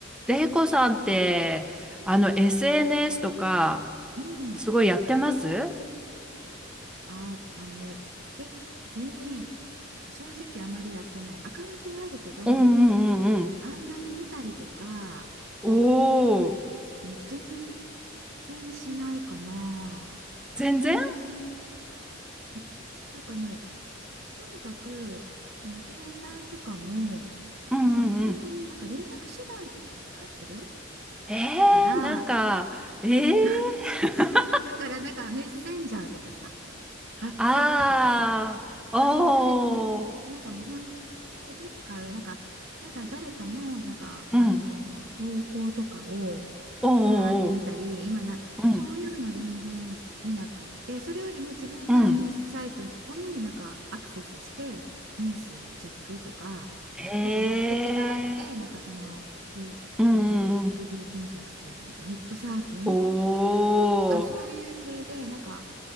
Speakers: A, in the centre; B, on the right (about 55°).
A: レイコさんって、あの、SNS とか、
B: うん。
A: すごいやってます
B: あ、あのね、け、全然、正直あまりやってない。アカウントはあるけど、
A: うんうんうんうん。
B: あんまり見たりとか、
A: おおー、
B: うん全然しないかな。
A: 全然
B: うんなんかね、とにかく、その携帯とかも、
A: うんうんうん。
B: なんかもう本当になんか連絡手段として使ってる
A: えー、
B: から、
A: なんか、
B: <laughs>
A: えー、<laughs>
B: だからなんかメッセンジャーとかさ、WhatsApp
A: あー、
B: とかさ、なんかそういう誰、
A: おー、
B: なんかもう本当にそれで使う、なんかただ誰かの、なんかあの投稿とかを
A: うん。おー、
B: バーって見たり、
A: お
B: 今な、
A: ーうん。
B: そういうの全然見なくって、それよりも自分からニュースサイトになんかアクセスして、
A: うん。
B: ニュースチェックとか、
A: え
B: なんか目的があって、なんかそのグー
A: ー、うんうんうん。
B: Google、Google 検索するっていうか、ネットサーフィン
A: おー、
B: とかそういう系でなんか